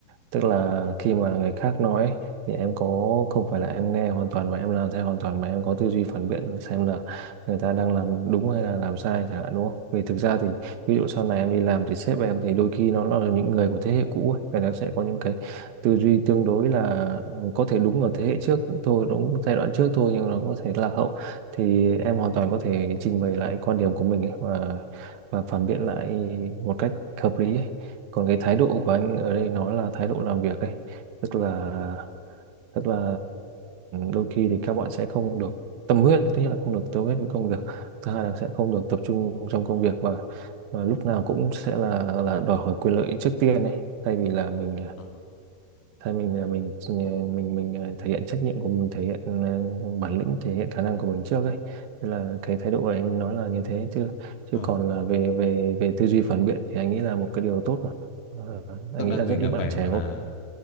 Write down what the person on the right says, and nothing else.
tức là
khi mà người khác nói ấy, thì em có không phải là em nghe hoàn toàn và em làm theo hoàn toàn mà em có tư duy phản biện xem là người ta đang làm đúng hay là làm sai chẳng hạn đúng không vì thực ra thì ví dụ sau này em đi làm thì sếp em thì đôi khi nó là những người của thế hệ cũ ấy. người ta sẽ có những cái tư duy tương đối là có thể đúng ở thế hệ trước thôi đúng giai đoạn trước thôi nhưng nó có thể lạc hậu thì em hoàn toàn có thể trình bày lại quan điểm của mình ấy và và phản biện lại một cách hợp lý ấy. Còn cái thái độ của anh ở đây nó là thái độ làm việc ấy tức là
tức là đôi khi thì các bạn sẽ không được tâm huyết thứ nhất là không được tâm huyết với công việc thứ hai là sẽ không được tập trung trong công việc và, và lúc nào cũng sẽ là là đòi hỏi quyền lợi trước tiên ấy thay vì là mình
Thế mình à, mình à, mình mình à, thể hiện trách nhiệm của mình thể hiện à, bản lĩnh thể hiện khả năng của mình trước ấy Thế là cái thái độ của anh nói là như thế chứ
chứ còn là về về về tư duy phản biện thì anh nghĩ là một cái điều tốt mà Ờ, anh
nghĩ
là
rất ít
bạn
trẻ
có